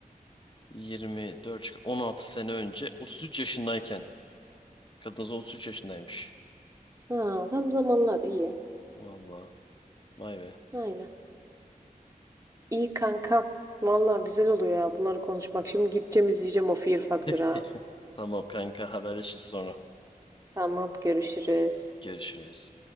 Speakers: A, on the left (about 35°); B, on the right (about 20°).
A: 24, çık- 16 sene önce 33 yaşındayken. Kadınız 33 yaşındaymış.
B: Ha, tam zamanlar iyi.
A: Vallahi vay be.
B: Aynen. İyi kanka. Vallahi güzel oluyor ya bunları konuşmak. Şimdi gideceğim izleyeceğim o Fear Factor'ı
A: <laughs>
B: ha.
A: Tamam kanka haberleşiriz sonra.
B: Tamam görüşürüz.
A: Görüşürüz.